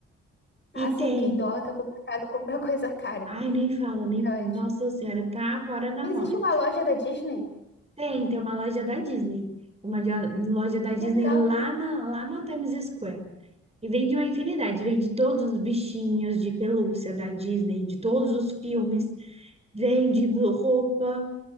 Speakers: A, on the left; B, on the right.
A: Ah,
B: E
A: sim,
B: tem.
A: porque em dólar tá complicado <laughs> comprar coisa cara.
B: Ai, nem fala, nem.
A: Eu
B: Nossa
A: acho.
B: Senhora, tá para na
A: Existe
B: morte.
A: uma loja da Disney?
B: Tem, tem uma loja da Disney. Uma de- loja da Disney
A: Legal.
B: lá, na, lá no Times Square. E vende uma infinidade. Vende todos os bichinhos de pelúcia da Disney, de todos os filmes. Vende blu- roupa.